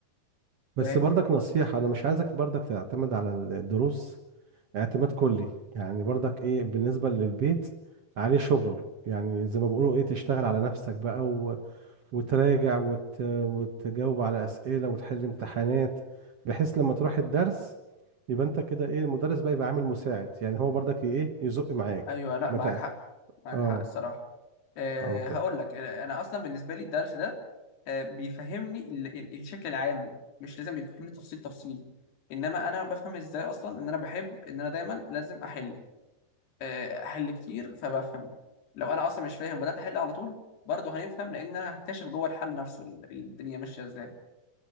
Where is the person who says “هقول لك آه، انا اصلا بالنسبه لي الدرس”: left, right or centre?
Left